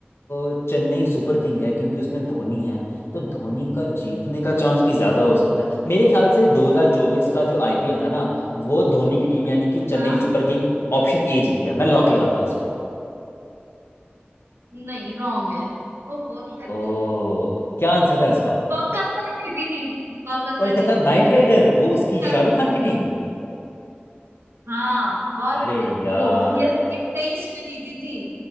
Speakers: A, on the left (about 85°); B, on the right (about 80°).
A: अ, चेन्नई सुपर किंग है क्योंकि उसमें धोनी है तो धोनी का जीतने का चांस भी ज़्यादा हो सकता है मेरे ख्याल से 2024 का जो आईपीएल था ना वो धोनी की टीम यानी कि Chennai
B: हाँ
A: super king option A जीती है मैं लॉक लगाता हूँ उसको
B: नहीं रॉन्ग है ओहो shit।
A: ओ क्या आंसर था इसका
B: कोलकाता जीती थी कोलकाता
A: कोलकाता
B: जीती
A: नाइट राइडर वो उसकी
B: चल
A: शाहरुख खान की टीम
B: हाँ और
A: अरे यार
B: वो सीएसके 23 में जीती थी